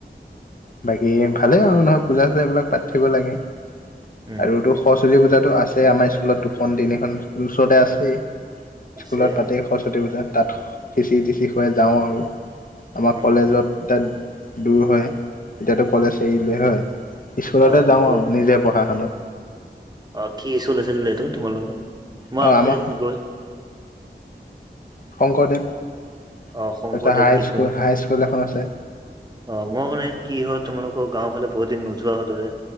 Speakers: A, on the left; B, on the right.
A: বাকী ভালেই আৰু নহয় পূজা চূজা এইবিলাক পাতি থাকব লাগে।
B: উম
A: আৰুতো সৰস্বতী পূজাতো আছেই আমাৰ স্কুলত দুখন তিনিখন ওচৰতে আছেই।
B: আছে
A: স্কুলত পাতেই
B: অ
A: সৰস্বতী পূজা তাত খিচিৰি টিছিৰি খুৱাই যাওঁ আৰু। আমাৰ
B: উম
A: কলেজত এতিয়া দূৰ হয় এতিয়াতো কলেজ এৰিলেই হয়। স্কুলতে
B: অ
A: যাওঁ
B: সেইটো
A: আৰু
B: হয়
A: নিজে পঢ়া খনত।
B: অ কি স্কুল আছিলে এইটো তোমালোকৰ, মই
A: আৰু
B: আগতে
A: আমাৰ
B: গৈ
A: শংকৰদেৱ, তাৰপিছত
B: অ শংকৰদেৱ
A: হাইস্কুল
B: শিশু
A: হাইস্কুল এখন আছে।
B: অ, মই মানে কি হ'ল তোমালোকৰ গাওঁ ফালে বহুত দিন নোযোৱা হলো যে।